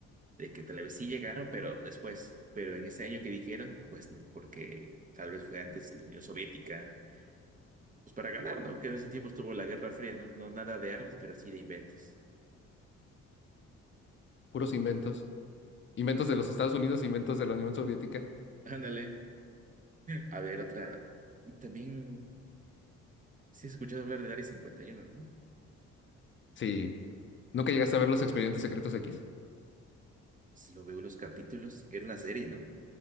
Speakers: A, on the right (about 25°); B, on the left (about 40°).
A: de que tal vez sí llegaron, pero después, pero en ese año que dijeron, pues no, porque tal vez fue antes la Unión Soviética, pues para ganar, ¿no? Que en ese tiempo estuvo la Guerra Fría, ¿no? No nada de armas, pero sí de inventos.
B: Puros inventos. Inventos de los Estados Unidos, inventos de la Unión Soviética.
A: <laughs> Ándale. A ver, otra. Y también, sí has escuchado hablar del Área cincuenta y uno ¿no?
B: Sí. ¿Nunca llegaste
A: Ah,
B: a ver los Expedientes Secretos X?
A: sí lo veo unos capítulos, era una serie, ¿no?